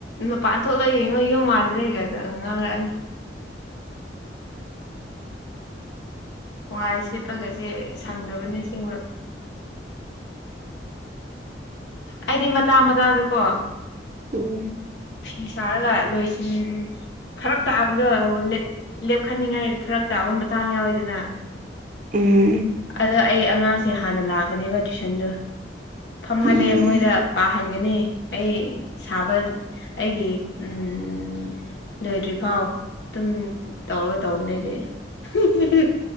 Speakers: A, on the left; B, on the right.
A: ꯃꯄꯥꯟ ꯊꯣꯛꯂꯛ ꯌꯦꯡꯉꯣ ꯌꯨꯝ ꯃꯥꯟꯗ꯭ꯔꯦꯒꯗ ꯉꯥꯡꯔꯛꯑꯅꯤ ꯋꯥꯢ ꯁꯤꯠꯄꯒꯖꯦ ꯁꯪꯗꯕꯅꯦ ꯁꯦꯡꯕ ꯑꯩꯗꯤ ꯃꯇꯥꯡ ꯃꯇꯥꯡꯗꯀꯣ
B: ꯎꯝ
A: ꯐꯤ ꯁꯥꯔꯒ ꯂꯣꯏꯁꯤꯟ ꯐꯔꯛ ꯇꯥꯕꯗꯣ ꯂꯦꯞ ꯂꯦꯞꯈꯠꯅꯤꯡꯉꯥꯏ ꯐꯔꯛ ꯇꯥꯕ ꯃꯇꯥꯡ ꯌꯥꯎꯋꯤꯗꯅ
B: ꯎꯝ
A: ꯑꯗꯣ ꯑꯩ ꯑꯉꯥꯡꯁꯦ ꯍꯥꯟꯅ ꯂꯥꯛꯒꯅꯤꯕ ꯇꯨꯏꯁꯟꯗꯣ ꯇꯝꯍꯜꯂꯦ
B: ꯎꯝ
A: ꯃꯣꯏꯗ ꯄꯥꯍꯟꯒꯅꯤ ꯑꯩ ꯁꯥꯕ ꯑꯩꯒꯤ ꯎꯝ ꯂꯣꯏꯗ꯭ꯔꯤ ꯐꯥꯎ ꯗꯨꯝ ꯇꯧꯔ ꯇꯧꯕꯅꯦ ꯑꯩꯗꯤ